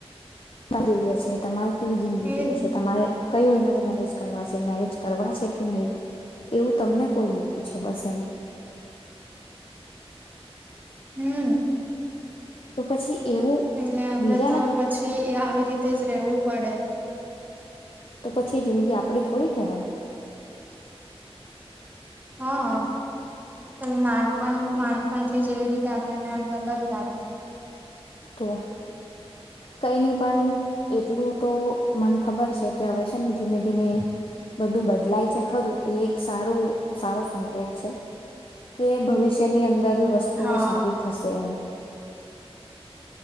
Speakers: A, on the left (about 60°); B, on the right (about 15°).
A: જોઈએ છે તમારે કેવી જિંદગી જોઈએ
B: એજ ને
A: છે તમારે? કઈ ઉંમરે મેરેજ કરવા છે, મેરેજ કરવા છે કે નઈ, એવું તમને કોઈ ની પૂછે બસ એમ.
B: હમ્મ.
A: તો પછી એવું
B: એટલે આપડે
A: બીજા
B: તો
A: ના
B: પછી એ આવી રીતે જ રેવું પડે
A: તો પછી જિંદગી આપડી થોડી કહેવાય.
B: હા હા. અ નાનપણ નાન પણથી જેવી રીતે આપણને આમ દબાવી રાખે.
A: તો કઈ નહી પણ એટલું તો મને ખબર છે કે હવે છે ને ધીમે ધીમે બધું બદલાય છે ખરું એ એક સારું સારો સંકેત છે કે ભવિષ્યની અંદર વસ્તુઓ
B: હા
A: સારી થશે એમ.